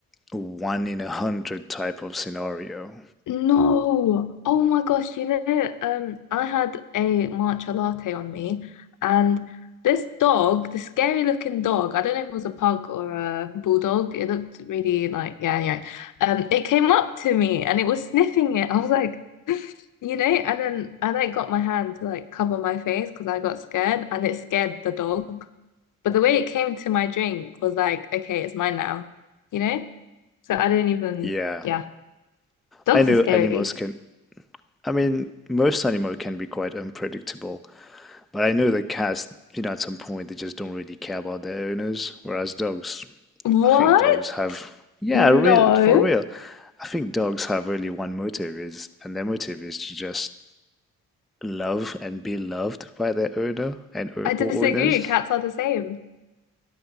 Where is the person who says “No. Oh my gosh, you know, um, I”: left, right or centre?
Left